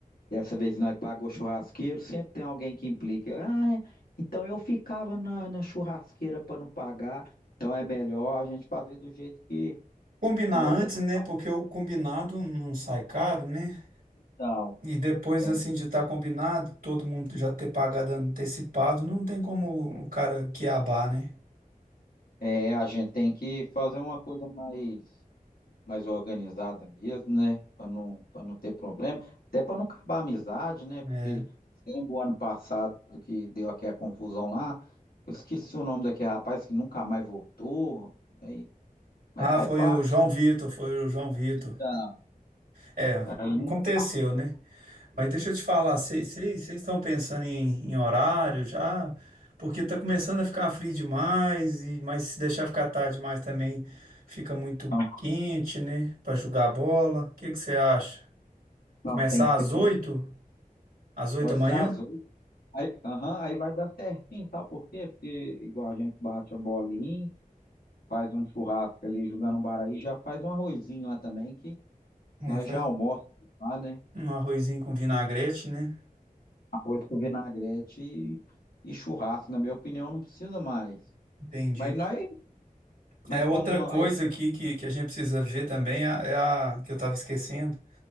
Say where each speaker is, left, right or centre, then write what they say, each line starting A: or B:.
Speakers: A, on the left; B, on the right.
A: dessa vez nós pagou churrasqueiro, sempre tem alguém que implica, ah, então eu ficava na, na churrasqueira para não pagar, então é melhor a gente fazer do jeito que,
B: Combinar
A: que você
B: antes,
A: tá.
B: né, porque o combinado não sai caro, né?
A: Então,
B: E depois,
A: é,
B: assim, de estar combinado, todo mundo já ter pagado antecipado, não tem como o cara quiabar, né?
A: é, a gente tem que fazer uma coisa mais. mais organizada mesmo, né? Para não, para não ter problema, até para não acabar a amizade, né? Porque
B: É.
A: lembro o ano passado que deu aquela confusão lá, eu esqueci o nome daquele rapaz que nunca mais voltou, aí, mas
B: Ah,
A: faz
B: foi
A: parte,
B: o João
A: né?
B: Vitor, foi o João Vitor.
A: da-
B: É, é,
A: Aí
B: aconteceu, né? Mas deixa eu te falar, vocês estão pensando em, em horário já? Porque tá começando a ficar frio demais, e, mas se deixar ficar tarde demais também fica muito
A: não,
B: quente, né? Para jogar a bola. O que que você acha?
A: não
B: Começar
A: tem que ser
B: às
A: de
B: oito,
A: uma,
B: Às 8
A: pode
B: da manhã?
A: ser azul, aí, aham, aí vai dar certinho, sabe por quê? Porque igual a gente bate a bolinha, faz um churrasco ali jogando um baraí, já faz um arrozinho lá também que
B: É,
A: nós
B: faz
A: já almoçamos lá, né?
B: um arrozinho com vinagrete, né?
A: Arroz com vinagrete e, e churrasco, na minha opinião, não precisa mais.
B: Entendi.
A: Mas nós, mas
B: É outra
A: como nós,
B: coisa aqui que, que a gente precisa ver também, é a, é a- que eu tava esquecendo,